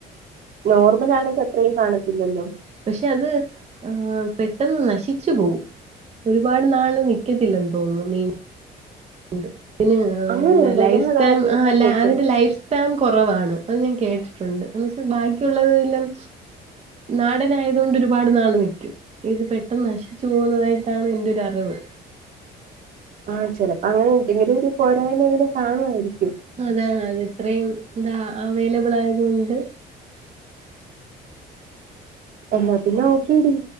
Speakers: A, on the right; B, on the right.
A: നോർമൽ ആണെങ്കി അത്രെയും കാണത്തില്ലല്ലോ
B: പക്ഷെ അത് ആ പെട്ടെന്ന് നശിച്ചു പോവും ഒരുപാട് നാള് നിക്കത്തില്ലെന്ന് തോന്നുന്നു നീ ഒണ്ട് പിന്നെ
A: അങ്ങനെയുണ്ടോ
B: എന്താ ലൈഫ്
A: ഞാൻ അത്
B: റ്റൈം
A: ആദ്യമായിട്ടാ
B: അല്ല
A: കേൾക്കുന്നത്
B: അതിന്റെ ലൈഫ് റ്റൈം കൊറവാണ് അത് ഞാൻ കേട്ടിട്ടുണ്ട് എന്ന് വെച്ചാൽ ബാക്കിയുള്ളതെല്ലാം നാടനായതു കൊണ്ട് ഒരുപാട് നാൾ നി ഇത് പെട്ടെന്ന് നശിച്ചു പോകുന്നതായിട്ടാണ് എന്റെ ഒരറിവ്
A: ആ ചെലപ്പോ അങ്ങനെ എന്തെങ്കിലു ഒരു പോരായ്മയെങ്കിലും കാണുവായിരിക്കും
B: അതാണ് അത് ഇത്രയും ന്താ അവൈലബിൾ ആയതുകൊണ്ട്
A: എന്നാ പിന്നെ ഓക്കേ ഡി